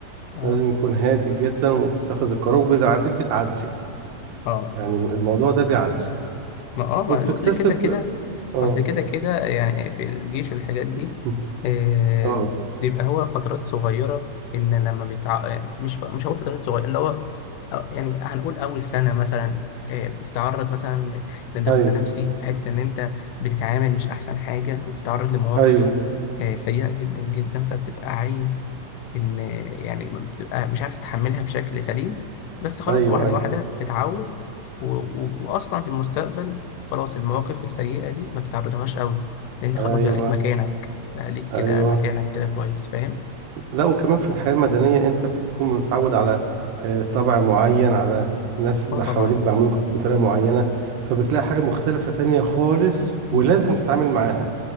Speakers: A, on the left; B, on the right.
A: اه
B: لازم يكون هادي جدا وتتخذ القرار وبعدين بتعدي
A: اه
B: يعني الموضوع ده بيعدي
A: ما اه ما
B: وبتكتسب
A: ما اصل كده كده
B: اه
A: اصل كده كده يعني في الجيش والحاجات دي
B: <laughs>
A: آه،
B: اه
A: بيبقى هو فترات صغيرة إن لما بيتع آه، مش ف... مش هقول فترات صغيرة اللي هو أو- يعني هنقول أول سنة مثلا آه، بتتعرض مثلا ل- لضغط
B: ايوه
A: نفسي في حتة إن أنت بتتعامل مش أحسن حاجة وبتتعرض لمواقف
B: ايوه
A: آه، سيئة جدا جدا فبتبقى عايز إن يعني بتبقى مش عارف تتحملها بشكل سليم بس خلاص
B: ايوه
A: واحدة
B: ايوه
A: واحدة بتتعود و... و... وأصلا في المستقبل خلاص المواقف السيئة دي ما بتعرضهاش قوي لأن أنت
B: ايوه
A: خلاص بقى ليك مكانك بقى ليك كده
B: ايوه
A: مكانك كده كويس فاهم؟
B: لا وكمان في الحياه المدنيه انت بتكون متعود على آه، طبع معين على الناس اللي
A: اه طبعا
B: حواليك بيعاملوك بطريقه معينه فبتلاقي حاجه مختلفه تانية خالص
A: مم.
B: ولازم تتعامل معاها